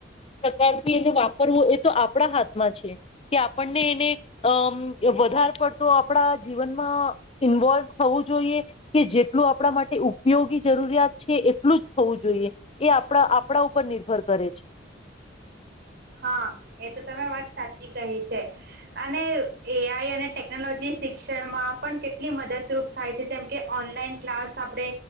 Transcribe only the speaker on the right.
હા એ તો તમે વાત સાચી કહી છે અને એઆઈ અને ટેકનોલોજી શિક્ષણમાં પણ કેટલી મદદરૂપ થાય છે જેમકે ઓનલાઈન ક્લાસ આપણે